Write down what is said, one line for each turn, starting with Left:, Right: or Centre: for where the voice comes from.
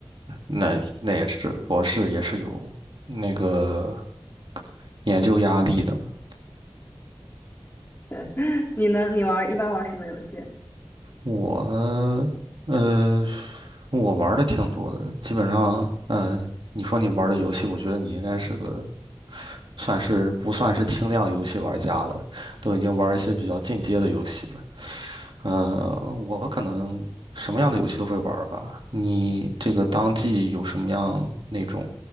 Right: 那那也是，博士也是有那个研究压力的嘛。
Left: 的。对，<laughs> 你呢？你玩儿一般玩儿什么游戏？
Right: 我，呃，我玩的挺多的，基本上，嗯，你说你玩的游戏，我觉得你应该是个算是不算是轻量游戏玩家了，都已经玩一些比较进阶的游戏了。呃，我可能什么样的游戏都会玩儿吧。你这个当季有什么样那种